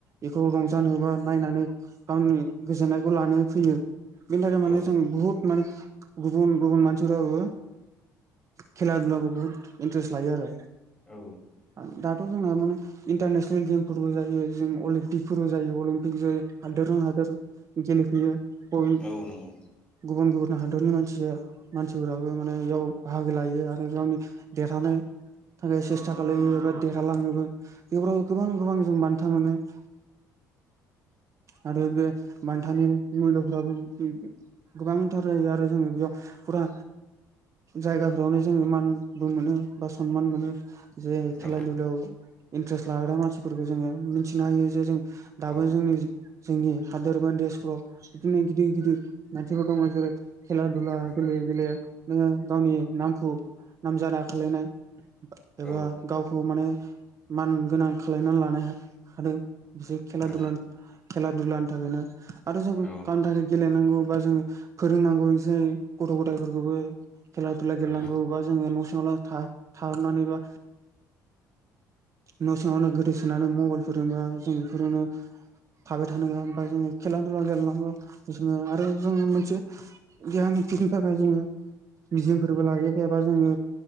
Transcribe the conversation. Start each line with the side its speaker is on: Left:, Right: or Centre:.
Right: बेखौ रंजानोबा नायनानै गावनि गोजोननायखौ लानो फैयो बेनि थाखाय माने
Left: औ
Right: जों बुहुत माने गुबुन गुबुन मानसिफोराबो खेला दुलाखौ बहुत इन्टारेस्ट लायो आरो
Left: औ
Right: आं दाथ' जोंना माने इन्टारनेसनेल गेमफोरबो जायो जों अलिम्पिकफोरबो जायो अलिमपिक जायो। हा दोरजों हादोर गेलेफैयो बबे
Left: औ नंगौ
Right: गुबुन गुबुन हादरनि मानसिया मानसिफोराबो माने बेयाव बाहागो लायो आरो गावनि देरहानाय थाखाय सेस्था खालायो एबा देरहालाङोबो बेफोराव गोबां गोबां जों बान्था मोनो <inaudible> आरो बे बान्थानि मुल्यफ्राबो गोबांथार जायो आरो जोंङो बेयाव फुरा जायगाफोरावनो जोंङो मानबो मोनो बा सनमान मोनो जे खेला
Left: औ
Right: दुलायाव इन्ट्रेस लाग्रा मानसिफोरखौ जोङो मिथिनो हायो जे जों दाबो
Left: औ
Right: जोंनि जोंनि हादोर <inaudible> बिदिनो गिदिर गिदिर नाथिफोराव दङ जेरै खेला दुला
Left: उम
Right: गेले गले नोङो गावनि नामखौ नामजादा खालायनाय एबा
Left: औ
Right: गावखौ माने मान गोनां खालायनालानो हादों जि खेला
Left: औ
Right: दुला खेला दुलानि थाखायनो आरो जों गावनि
Left: औ
Right: थाखाय गेलेनांगौ बा जोंङो फोरोंनांगौ जेरै गथ' गथायफोरखौबो खेला दुला गेलेनांगौ
Left: औ
Right: बा जोङो न सिङाव था-थानानै बा न' सिङावनो गोदोसोनानै मबाइलफोरजोंबा जों बेफोरजोंनो थाबाय थानो नङा बा जोङो खेला दुला गेलेनांगौ जोङो आरो जोङो मोनसे गियान बेनि थाखाय जोङो बियामफोरबो लायो एबा जोङो